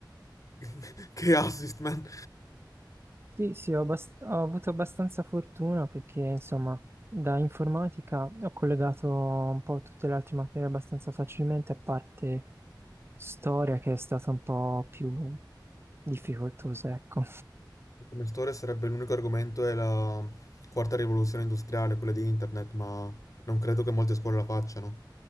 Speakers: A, on the left (about 45°); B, on the right (about 30°).
A: <laughs> Che assist, man.
B: Sì, sì, ho, abbast- ho avuto abbastanza fortuna perché, insomma, da informatica ho collegato un po' tutte le altre materie abbastanza facilmente, a parte storia che è stata un po' più difficoltosa, ecco.
A: Come storia sarebbe l'unico argomento è la quarta rivoluzione industriale, quella di internet, ma non credo che molte scuole la facciano.